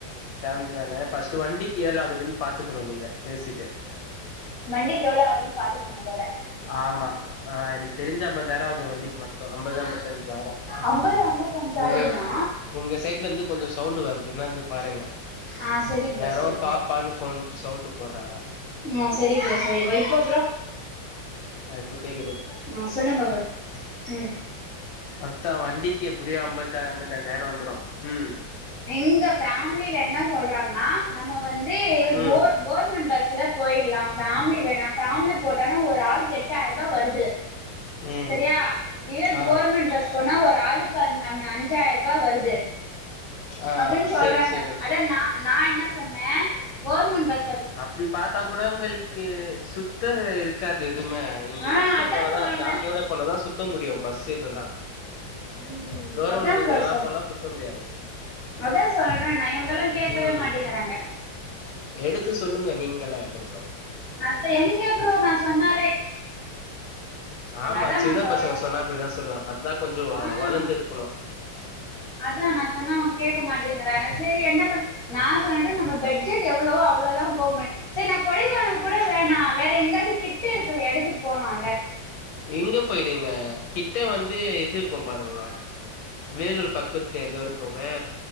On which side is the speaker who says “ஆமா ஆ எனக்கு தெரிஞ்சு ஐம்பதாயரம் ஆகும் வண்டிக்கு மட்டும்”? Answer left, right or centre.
Left